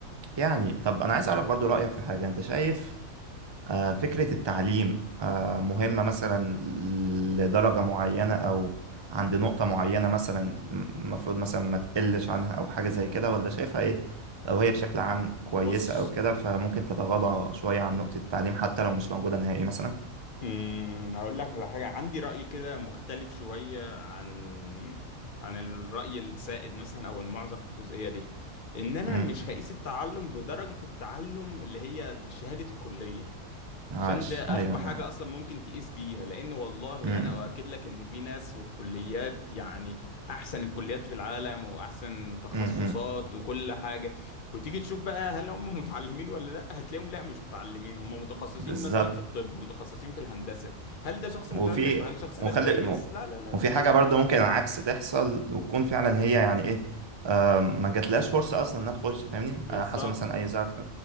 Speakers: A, on the right; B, on the left.
A: يعني طب انا عايز اعرف برضو رأيك في حاجة انت شايف آه، فكرة التعليم آه، مهمة مثلا لدرجة معينة أو عند نقطة معينة مثلا م- المفروض مثلا ما تقلش عنها أو حاجة زي كده ولا شايفها إيه لو هي بشكل عام كويسة
B: بص
A: أو كده فممكن تتغاضى شوية عن نقطة التعليم حتى لو مش موجودة نهائي مثلا
B: مم، هقول لك على حاجة عندي رأي كده مختلف شوية عن عن الرأي السائد مثلا أو المعظم في الجزئية دي إن أنا
A: مم.
B: مش هقيس التعلم بدرجة التعلم اللي هي شهادة الكلية
A: عاش
B: عشان ده اغبى
A: أيوة أنا
B: حاجه اصلا ممكن تقيس بيها لان والله
A: مم.
B: انا اؤكد لك ان في ناس وفي كليات يعني احسن الكليات في العالم واحسن تخصصات
A: مم. مم.
B: وكل حاجه وتيجي تشوف بقى هل هم متعلمين ولا لا هتلاقيهم لا مش متعلمين هم متخصصين
A: بالظبط
B: مثلا في الطب متخصصين في الهندسه هل ده شخص متعلم
A: وفي
B: هل الشخص
A: وخلي
B: ده كويس لا لا لا
A: وفي
B: لا لا
A: حاجة برضه ممكن العكس تحصل وتكون فعلا هي يعني إيه ما جاتلهاش فرصه اصلا انها تخش فاهمني
B: بالظبط
A: آه، حصل مثلا اي زعل ف-